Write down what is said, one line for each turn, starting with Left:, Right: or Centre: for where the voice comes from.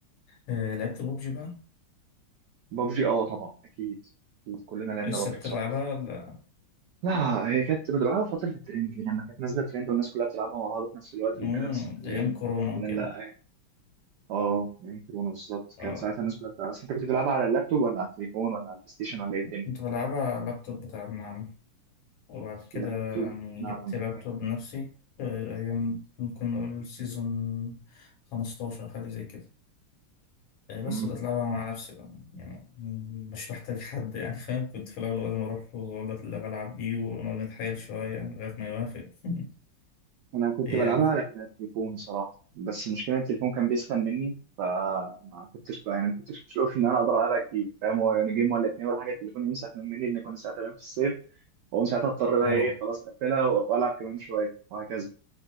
Left: آه، لعبت ببجي بقى
Right: ببجي اه طبعا اكيد أكيد. كلنا لعبنا
Left: لسه
Right: ببجي
Left: بتلعبها
Right: بصراحه
Left: ولا
Right: لا هي كانت كنت بلعبها فتره الترند دي لما كانت نازله ترند والناس كلها بتلعبها مع بعض في نفس الوقت
Left: مم،
Right: وكده بس حاليا
Left: أيام كورونا
Right: حاليا
Left: وكده
Right: لا يعني. اه يعني كورونا بالظبط
Left: اه
Right: كانت ساعتها الناس كلها بتلعبها بس انت كنت بتلعبها على اللابتوب ولا على التليفون ولا على البلاي ستيشن ولا ايه الدنيا؟
Left: كنت بلعبها على اللابتوب بتاع ابن عمي وبعد كده
Right: لابتوب
Left: يعني
Right: نعم
Left: جبت لابتوب بنفسي آه، أيام ممكن نقول سيزون خمستاشر حاجة زي كده آه،
Right: مم.
Left: بس بدأت ألعبها مع نفسي بقى يعني مم، مش محتاج حد يعني فاهم كنت في الأول لازم أروح له وأقول له اللي بلعب بيه ونقعد نتحايل شوية لغاية ما يوافق <laughs>
Right: انا كنت
Left: هي
Right: بلعبها على التليفون صراحه بس المشكله إن التليفون كان بيسخن مني فما كنتش بقى يعني ما كنتش بشوف ان انا اقدر العبها كتير فاهم هو يعني جيم ولا اتنين ولا حاجه التليفون يمسح من مني لان كنت ساعتها غير في الصيف واقوم ساعتها اضطر بقى
Left: اه
Right: ايه خلاص اقفلها و- والعب كمان شويه وهكذا